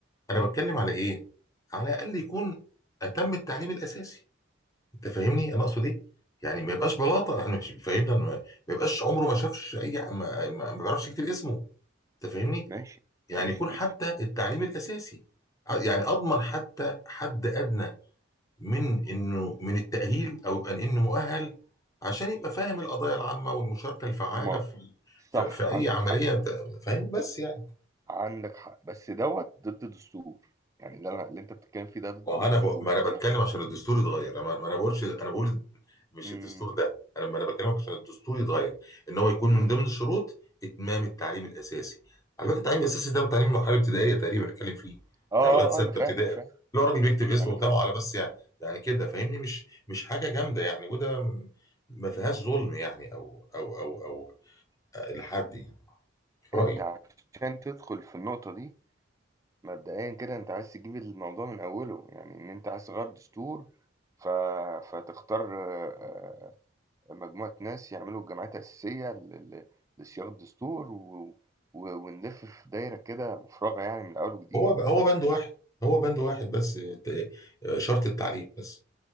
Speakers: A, on the left; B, on the right.
A: انا بتكلم على ايه على الاقل يكون اتم التعليم الاساسي انت فاهمني انا اقصد ايه يعني ما يبقاش بلاطه <laughs> يعني مش فاهمني أنا ما ما يبقاش عمره ما شافش اي ما, ما ما بيعرفش يكتب اسمه انت فاهمني
B: ماشي
A: يعني
B: ماشي
A: يكون
B: ماشي
A: حتى التعليم الأساسي ع- يعني أضمن حتى حد أدنى من إنه من التأهيل أو يبقى إنه مؤهل عشان يبقى فاهم القضايا العامة والمشاركة الفعالة
B: ما
A: في في,
B: صح
A: في أي
B: عندك
A: عملية
B: حق
A: أنت فاهم بس يعني
B: عندك حق بس دوت ضد دستور يعني اللي انا اللي انت بتتكلم فيه ده ضد
A: ما انا
B: دستور
A: ب... ما انا
B: ليه
A: بتكلم عشان الدستور يتغير انا ما انا بقولش انا بقول مش
B: امم
A: الدستور ده انا ما انا بكلمك عشان الدستور يتغير ان هو يكون
B: امم
A: من ضمن الشروط اتمام التعليم الاساسي على فكره التعليم الاساسي ده تعليم المرحله الابتدائيه تقريبا بنتكلم فيه
B: اه آه،
A: يعني لغايه سته
B: آه، انا فاهم
A: ابتدائي اللي
B: فاهم
A: هو راجل بيكتب اسمه
B: انا فاهم
A: بتاعه على بس يعني يعني كده فاهمني مش مش حاجه جامده يعني وده م- ما فيهاش ظلم يعني او او او او لحد يعني في رايي
B: انت عشان تدخل في النقطة دي مبدئيا كده انت عايز تجيب الموضوع من اوله يعني ان انت عايز تغير دستور ف... فتختار آه، آه، مجموعة ناس يعملوا جمعيات أساسية ل... ل... لصياغة الدستور و... و... ونلف في دايرة كده مفرغة يعني من اول وجديد
A: هو هو بند واحد هو بند واحد بس ت- شرط التعليم بس